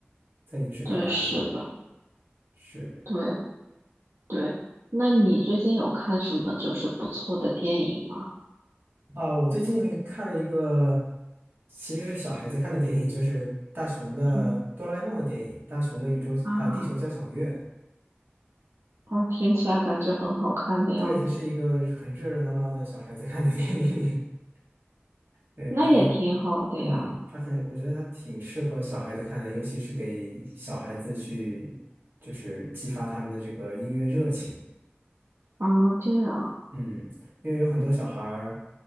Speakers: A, on the right; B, on the right.
A: 在影视表达里面。
B: 对，是的，
A: 是
B: 对对。那你最近有看什么就是不错的电影吗？
A: 啊，我最近看了一个其实是小孩子看的电影，就是大雄的哆啦
B: 嗯
A: A 梦的电影，大雄的宇宙啊、
B: 啊，
A: 地球交响乐。
B: 哦，听起来感觉很好看的样子，
A: 对，它是一个很热热闹闹的小孩子看的电影。<laughs> 对，
B: 那也挺好的呀。
A: 我觉得，嗯，他很，我觉得他挺适合小孩子看的，尤其是给小孩子去，就是激发他们的这个音乐热情。
B: 啊，这样，
A: 嗯，因为有很多小孩儿，